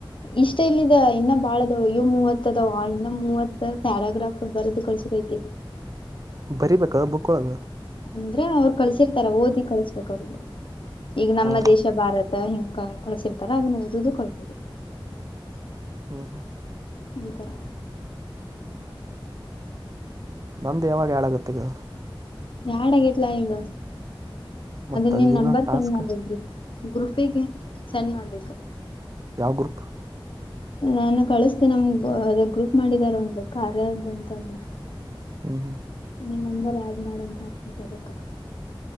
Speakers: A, on the left; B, on the right.
A: ಇಷ್ಟ ಇಲ್ಲಿದ ಇನ್ನ ಬಾಳ ಅದವ ಅಯೋ ಮೂವತ್ ಅದಾವ ಇನ್ನ ಮೂವತ್ ಪ್ಯಾರಾಗ್ರಾಫ್ ಬರದ್ ಕಸ ಬೈತಿ
B: ಬರಿಬಕ ಬುಕ್ ಒಳಗ
A: ಅಂದ್ರೆ ಅವ್ರು ಕಳ್ಸಿರ್ತಾರ ಓದಿ ಕಳಸ್ಬೇಕ ಅವ್ರಿಗೆ ಈಗ ನಮ್ಮ
B: ಹಾ ಹಾ
A: ದೇಶ ಭಾರತ ಹಿಂಗ ಕಳ್ಸಿರ್ತಾರ ಅದನ್ನು ಓದುದು ಕಳಸುದು
B: ಹ್ಮ್ ಹ್ಮ್
A: ನಿಂತರ
B: ನಂದ ಯಾವಾಗ ಯಾಡಾಗುತ್ತ ಇದು
A: ಯಡ್ ಆಗೇತ್ಲಾ ಈಗ
B: ಮತ್ತ
A: ಅದ್ ನಿನ್
B: ಅಲ್ಲಿನೋ
A: ನಂಬರ್
B: ಟಾಸ್ಕ್
A: ಸೆಂಡ್ ಮಾಡು ಗ್ರೂಪಿಗೆ ಸೆಂಡ್ ಮಾಡ್ಬೇಕು
B: ಯಾವ ಗ್ರೂಪ್
A: ನಾನು ಕಳಸ್ತೇನಿ ನಮ್ ಅದ ಗ್ರೂಪ್ ಮಾಡಿದಾರ ಒಂದು ಕಾರ್ಯದ ಅಂತಂದು
B: ಹ್ಮ್ ಹ್ಮ್
A: ನೀಮ ನಂಬರ್ ಆ್ಯಡ್ ಮಾಡಂತ ಹಾಕ್ಬೇಕ ಅದಕ್ಕ